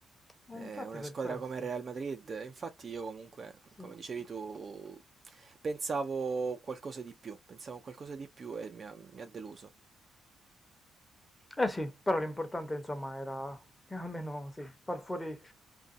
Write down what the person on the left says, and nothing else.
E
infatti
per
questo,
sì.
Eh sì, però l'importante insomma era eh, almeno sì, far fuori,